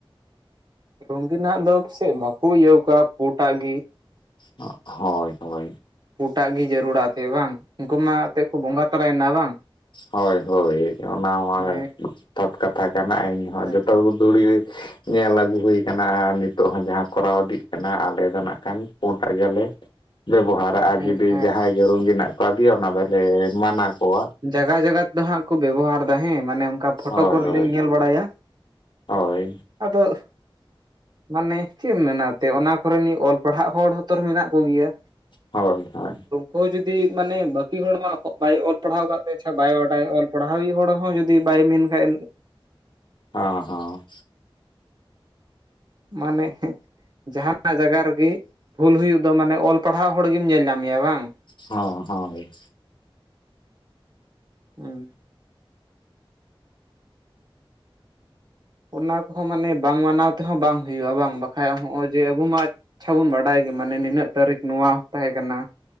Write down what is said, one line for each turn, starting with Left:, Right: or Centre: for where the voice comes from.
Right: ᱨᱚᱝᱜᱤᱱᱟᱜ ᱫᱚ ᱯᱟᱥᱮᱫ ᱵᱟᱠᱚ ᱤᱭᱟᱹᱣ ᱟᱠᱚᱣᱟ ᱯᱩᱸᱴᱟᱜ ᱜᱤ᱾
Left: ᱚ ᱦᱳᱭ ᱦᱳᱭ᱾
Right: ᱯᱳᱸᱴᱟᱜ ᱜᱮ ᱡᱟᱹᱨᱩᱲᱟ ᱮᱱᱛᱮᱫ ᱵᱟᱝ, ᱩᱱᱠᱩ ᱢᱟ ᱮᱱᱛᱮᱫ ᱠᱚ ᱵᱚᱸᱜᱟ ᱛᱚᱞᱟᱭᱮᱱᱟ ᱵᱟᱝ᱾
Left: ᱦᱳᱭ ᱦᱳᱭ ᱚᱱᱟ ᱢᱟ
Right: ᱢᱟᱱᱮ
Left: ᱡᱚᱛᱷᱟᱛ ᱠᱟᱛᱷᱟ ᱠᱟᱱᱟ ᱤᱧᱦᱚᱸ
Right: ᱦᱮᱸ
Left: ᱡᱚᱛᱚ
Right: ᱦᱮᱸ
Left: ᱜᱮ ᱜᱷᱩᱲᱤ ᱧᱮᱞ ᱟᱹᱜᱩ ᱦᱩᱭ ᱠᱟᱱᱟ ᱟᱨ ᱱᱤᱛᱚᱜ ᱦᱚᱸ ᱡᱟᱦᱟᱸ ᱠᱚᱨᱟᱣ ᱤᱫᱤᱜ ᱠᱟᱱᱟ ᱟᱞᱮ ᱫᱚ ᱱᱟᱜ ᱠᱷᱟᱱ ᱯᱳᱸᱴᱟᱜ ᱜᱮᱞᱮ ᱵᱮᱵᱚᱦᱟᱨᱟᱜ-ᱟ ᱟᱨ
Right: ᱦᱮᱸ
Left: ᱡᱩᱫᱤ
Right: ᱦᱮᱸ
Left: ᱡᱟᱦᱟᱸᱭ ᱜᱮ ᱨᱚᱸᱜᱤᱱᱟᱜ ᱠᱚ ᱟᱫᱤᱭᱟ ᱚᱱᱟ ᱫᱚᱞᱮ ᱢᱟᱱᱟ ᱠᱚᱣᱟ᱾
Right: ᱡᱟᱭᱜᱟ ᱡᱟᱭᱜᱟ ᱛᱮᱫᱚ ᱦᱟᱸᱜ ᱠᱚ ᱵᱮᱵᱚᱦᱟᱨ ᱫᱟ ᱦᱮᱸ, ᱢᱟᱱᱮ ᱚᱱᱠᱟ ᱯᱷᱳᱴᱳ
Left: ᱦᱳᱭ
Right: ᱠᱚᱨᱮ
Left: ᱦᱳᱭ
Right: ᱞᱤᱧ ᱧᱮᱞ ᱵᱟᱲᱟᱭᱟ᱾
Left: ᱦᱳᱭ᱾
Right: ᱟᱫᱚ ᱢᱟᱱᱮ ᱪᱮᱫ ᱢᱮᱱᱟᱜ ᱛᱮ ᱚᱱᱟ ᱠᱚᱨᱮᱱ ᱚᱞ ᱯᱟᱲᱦᱟᱜ ᱦᱚᱲ ᱦᱚᱸᱛᱚ ᱢᱮᱱᱟᱜ ᱠᱚᱜᱮᱭᱟ᱾
Left: ᱦᱳᱭ ᱦᱳᱭ᱾
Right: ᱦᱳᱭ ᱡᱩᱫᱤ᱾ ᱢᱟᱱᱮ ᱵᱟᱹᱠᱤ ᱦᱚᱲ ᱢᱟ ᱵᱟᱭ ᱚᱞ ᱯᱟᱲᱦᱟᱣ ᱟᱠᱟᱫ ᱛᱮ ᱟᱪᱪᱷᱟ ᱵᱟᱭ ᱵᱟᱰᱟᱭ ᱚᱞ ᱯᱟᱲᱦᱟᱣᱤᱡ ᱦᱚᱲ ᱦᱚᱸ ᱡᱩᱫᱤ ᱵᱟᱭ ᱢᱮᱱ ᱠᱷᱟᱡ
Left: ᱦᱚᱸ ᱦᱚᱸ᱾
Right: ᱢᱟᱱᱮ, ᱡᱟᱸᱦᱟᱱᱟᱜ ᱡᱟᱭᱜᱟ ᱨᱮᱜᱮ᱾ ᱵᱷᱩᱞ ᱦᱩᱭᱩᱜ ᱫᱚ ᱢᱟᱱᱮ ᱚᱞ ᱯᱟᱲᱦᱟᱣ ᱦᱚᱲ ᱜᱮᱢ ᱧᱮᱞ ᱧᱟᱢᱮᱭᱟ ᱵᱟᱝ᱾
Left: ᱦᱚᱸ ᱦᱳᱭ᱾
Right: <inaudible> ᱦᱩᱸ᱾ ᱟᱱᱟ ᱠᱚᱦᱚᱸ ᱢᱟᱱᱮ ᱵᱟᱝ ᱢᱟᱱᱟᱣ ᱛᱮᱦᱚᱸ ᱵᱟᱝ ᱦᱩᱭᱩᱜ-ᱟ ᱵᱟᱝ ᱵᱟᱠᱷᱟᱡ ᱦᱚᱸᱜ-ᱚᱭ ᱡᱮ ᱟᱵᱩ ᱢᱟ ᱟᱪᱪᱷᱟ ᱵᱚᱱ ᱵᱟᱰᱟᱭ ᱜᱮ ᱢᱟᱱᱮ ᱱᱤᱱᱟᱹᱜ ᱛᱟᱹᱨᱤᱠᱷ ᱱᱚᱣᱟ ᱛᱟᱦᱮᱸ ᱠᱟᱱᱟ᱾